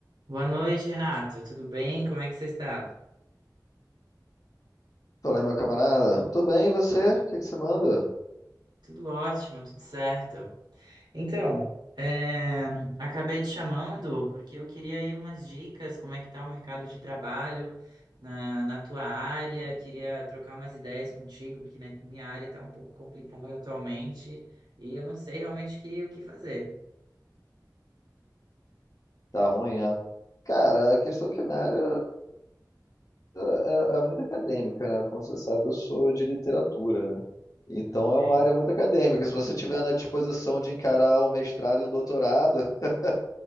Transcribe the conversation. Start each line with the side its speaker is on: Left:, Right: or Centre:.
Right: Boa noite, Renato. Tudo bem? Como é que você está?
Left: Falei, meu camarada, tudo bem, e você? O que que você manda?
Right: Tudo ótimo, tudo certo. Então, é, acabei te chamando porque eu queria aí umas dicas, como é que tá o mercado de trabalho na, na tua área. Queria trocar umas ideias contigo, porque na minha área está um pouco complicada atualmente e eu não sei realmente que- o que fazer.
Left: Tá ruim, é? Cara, a questão é que minha área é, é muito acadêmica, né? Como você sabe, eu sou de literatura, né? Então
Right: Ok.
Left: é uma área muito acadêmica. Se você tiver na disposição de encarar um mestrado e um doutorado, <laughs>